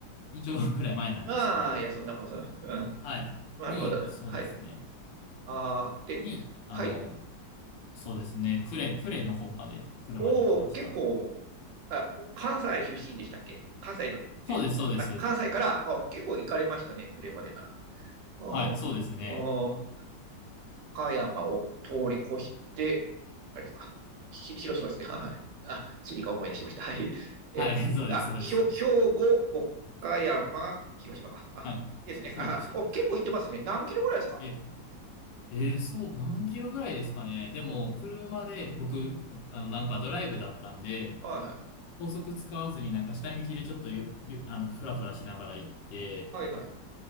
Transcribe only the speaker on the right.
うん。ああ、いや、そんなもん、<laughs> そんなうん。
なるほど。
はい。ああ、で、
はい。
おお、結構、あ、関西出身でしたっけ関西のです。
あ、関西から、あ、結構行かれましたね、車でなら。ああ、
ああ岡山を通り越して、あれですか、ひ広島ですね。<laughs> はい。あ、地理が思い出しました。はい。え、
あ、
ひょ兵庫、岡山、広島か。あ、
ですね。
あ、
お、結構行ってますね。何キロぐらいですか、
うん、
はいはい。
はいはい。